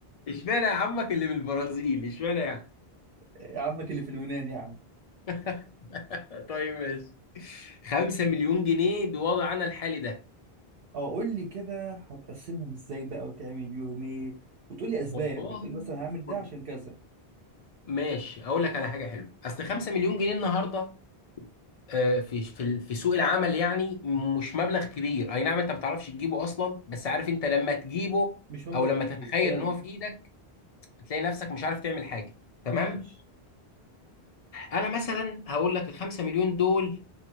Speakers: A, on the left; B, on the right.
A: اشمعنى يا عمك اللي بالبرازيل اشمعنى يعني
B: آه، عمك اللي في اليونان يا عم
A: <laughs> طيب ماشي 5 مليون جنيه بوضعنا الحالي ده
B: اه قول لي كده هتقسمهم ازاي بقى وتعمل بيهم ايه؟ وتقول لي اسباب
A: والله
B: بتقول لي مثلا هعمل ده
A: خد.
B: عشان كذا
A: ماشي اقول لك على حاجه حلوه اصل
B: مم.
A: 5 مليون جنيه النهارده آه، في في ال- في سوق العمل يعني مش مبلغ كبير اي نعم انت ما بتعرفش تجيبه اصلا بس عارف انت لما تجيبه
B: مش مبلغ
A: او لما
B: كبير
A: تتخيل
B: فعلا
A: ان هو في ايدك بتلاقي نفسك مش عارف تعمل حاجه تمام
B: ماشي
A: انا مثلا هقول لك ال 5 مليون دول